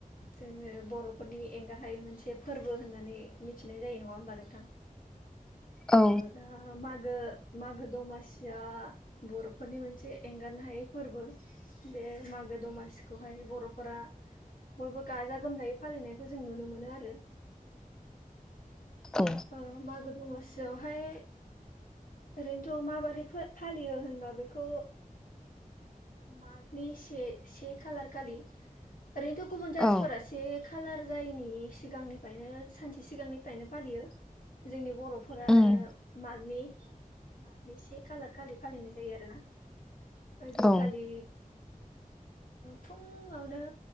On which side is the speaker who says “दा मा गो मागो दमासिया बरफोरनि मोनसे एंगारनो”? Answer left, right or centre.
Left